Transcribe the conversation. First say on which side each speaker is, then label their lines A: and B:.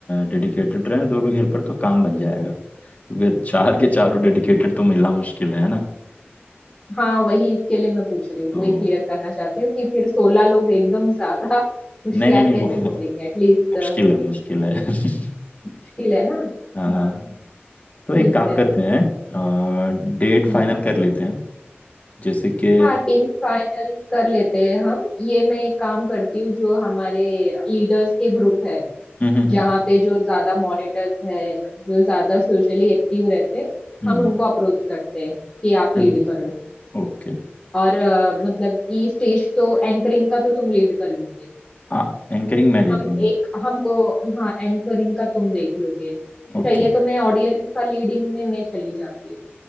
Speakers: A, on the left; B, on the left.
A: डेडिकेटेड रहे दो लोग हेल्पर तो काम बन जाएगा क्योंकि चार के चारों
B: ठीक
A: डेडिकेटेड तो मिलना मुश्किल है है ना
B: हाँ वही इसके लिए मैं पूछ रही हूँ
A: तो
B: वही क्लियर करना चाहती हूँ कि फिर सोलह लोग एकदम ज्यादा <laughs> होशियार
A: नहीं नहीं नहीं
B: कैसे
A: वो
B: ढूंढेंगे एटलीस्ट
A: मुश्किल है मुश्किल है <laughs>
B: मुश्किल है ना
A: हाँ
B: हाँ
A: तो
B: ठीक
A: एक काम
B: है
A: करते हैं आ, डेट
B: हम्म
A: फाइनल कर लेते हैं जैसे कि
B: हाँ टीम फाइनल कर लेते हैं हम ये मैं एक काम करती हूँ जो हमारे लीडर्स के ग्रुप है
A: हम्म हम्म हम्म
B: जहाँ पे जो ज्यादा मॉनिटर्स है जो ज्यादा सोशली एक्टिव रहते हैं,
A: हम्म,
B: हम उनको अप्रोच करते हैं कि आप
A: चलो
B: लीड करो
A: ओके
B: और अ, मतलब ये स्टेज तो एंकरिंग का तो तुम लीड कर लोगे
A: हाँ एंकरिंग मैं देख
B: हम
A: लूंगा
B: एक हमको हाँ एंकरिंग का तुम देख लोगे
A: ओके
B: चाहिए तो मैं ऑडियंस का लीडिंग में मैं चली जाती हूँ